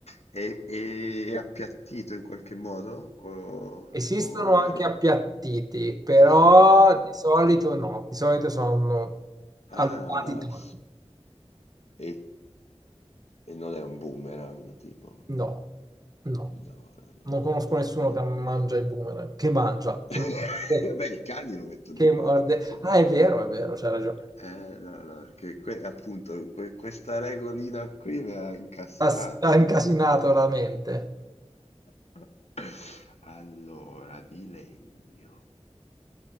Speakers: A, on the left (about 70°); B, on the right (about 35°).
A: È, è appiattito in qualche modo o,
B: Esistono
A: o è
B: anche
A: rotto?
B: appiattiti, però di solito no, di solito sono allungati
A: Ah,
B: toni.
A: s- e, e non è un boomerang, tipo.
B: No, no,
A: No, non è
B: non
A: un
B: conosco
A: boomerang.
B: nessuno che mangia il boomerang, che mangia, che
A: <laughs>
B: morde,
A: Beh, i cani lo mettono
B: che
A: in bocca,
B: morde.
A: se vuoi.
B: Ah, è vero, è vero, c'è ragione.
A: Eh, no, no, perché que- appunto que- questa regolina qui mi ha incastrato
B: Ha, s- ha
A: nell'identificare.
B: incasinato la mente.
A: <laughs> Allora, di legno.